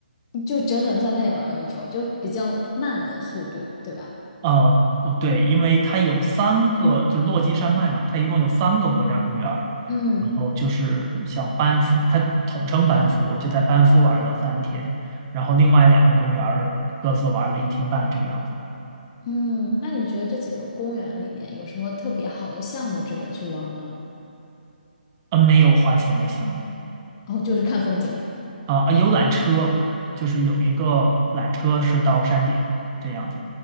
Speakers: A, on the left; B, on the right.
A: 你就整整在那里玩了一周，就比较慢的速度，对吧？
B: 呃，对，因为它有三个，就是落基山脉嘛，它一共有三个国家公园儿然后就是像班夫，
A: 嗯
B: 它统称班夫，我就在班夫玩了三天，然后另外两个公园儿各自玩了一天半这个样子。
A: 嗯，那你觉得这几个公园里面有什么特别好的项目值得去玩吗？
B: 呃，没有花钱的项目，
A: 哦，就是看风景。
B: 啊、啊有缆车，就是有一个缆车是到山顶这样子，